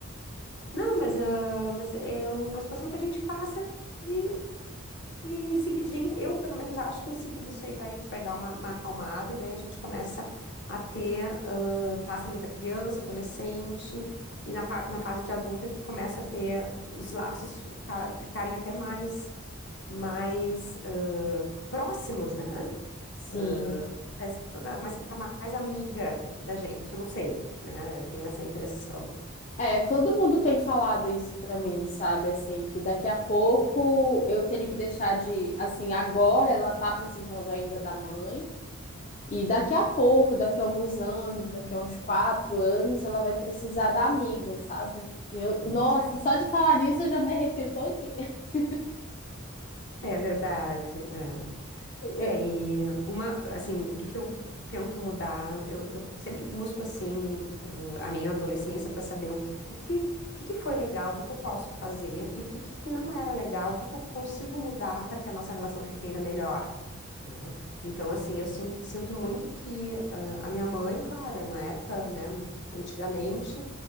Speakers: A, on the left; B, on the left.
A: Não, mas, ah, mas é uma situação que a gente passa e, e em seguidinha, eu pelo menos acho que em seguida isso aí vai, vai dar uma, uma acalmada e daí a gente começa a ter, ah, passa ali da criança, adolescente e na, par- na fase de adulta que tu começa a ter os laços ficar, ficarem até mais, mais ah, próximos, né?
B: Sim.
A: Ah, parece que ela começa a ficar mais amiga da gente, eu não sei, né? Eu tenho essa impressão.
B: É, todo mundo tem falado isso pra mim, sabe? Assim, que daqui a pouco eu tenho que deixar de. Assim, agora ela tá precisando ainda da mãe. E daqui a pouco, daqui a alguns anos, daqui a uns quatro anos, ela vai precisar da amiga, sabe? E eu, nossa,
A: Isso.
B: só de falar nisso eu já me arrepio todinha. <laughs>
A: É verdade. é.
B: Eu-
A: É, e uma, assim, o que que eu tento mudar? Eu, eu sempre busco, assim, eh, a minha adolescência para saber o que que, o que que foi legal, o que que eu posso fazer e o que que não era legal, o que que eu consigo mudar para que a nossa relação fique ainda melhor, né? Então, assim, eu sin- sinto muito que ah, a minha mãe, claro, era uma época, né, antigamente,